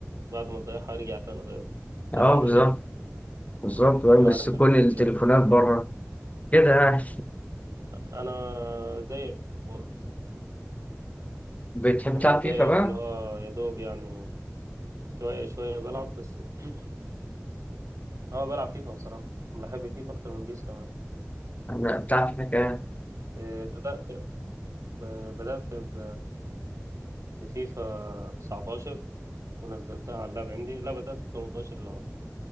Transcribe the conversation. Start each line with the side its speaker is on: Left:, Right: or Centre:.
Right: بعد ما تضيعها ارجع تاني طيب
Left: أه
Right: يلا على
Left: بالظبط
Right: جونا
Left: بالظبط بقى
Right: انا
Left: يمسكوني
Right: عارف الحكاية
Left: التليفونات
Right: دي
Left: بره كده يعني
Right: انا زيك برضه
Left: بتحب
Right: انا
Left: تلعب
Right: زيك
Left: فيفا بقى؟
Right: اللي هو يا دوب يعني شويه شويه بلعب بس <clears throat> اه بلعب فيفا بصراحه بحب فيفا اكتر من بيس كمان
Left: أنا بتلعب فيفا كده
Right: إيه، بدات ب- بدات ب- بفيفا 19 ونزلتها على اللاب عندي لا بدات ب 18 الاول